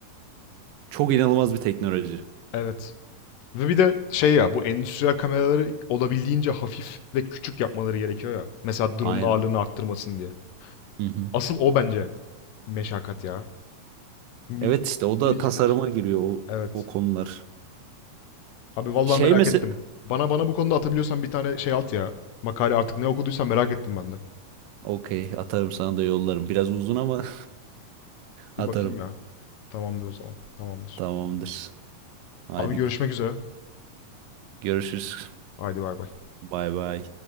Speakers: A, on the right (about 85°); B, on the left (about 80°).
A: Çok inanılmaz bir teknoloji.
B: Evet. Ve bir de şey ya bu endüstriyel kameraları olabildiğince hafif ve küçük yapmaları gerekiyor ya. Mesela drone'un
A: Aynen.
B: ağırlığını arttırmasın diye.
A: Hı hı.
B: Asıl o bence meşakkat ya. Mi-
A: Evet işte o
B: minicik
A: da tasarıma
B: olsun.
A: giriyor o,
B: Evet.
A: o konular.
B: Abi vallahi
A: Şey
B: merak
A: mesela
B: ettim. Bana bana bu konuda atabiliyorsan bir tane şey at ya. Makale artık ne okuduysan merak ettim ben de.
A: okey atarım sana da yollarım. Biraz uzun ama <laughs>
B: Bir
A: atarım.
B: bakayım ya. Tamamdır o zaman. Tamamdır.
A: Tamamdır. Haydi
B: Abi görüşmek üzere.
A: görüşürüz.
B: Haydi bay bay.
A: Bay bay.